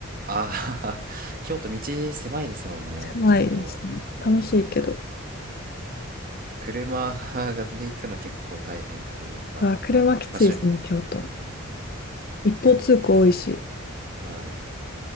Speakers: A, on the right; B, on the left.
A: あー <laughs> 京都道狭いですもんねちょっとうんく
B: 狭いですね。楽しいけど。
A: 車で行くの結構大変というかまあ場所によってうん
B: うわ、車きついですね、京都。一方通行多いし。
A: はい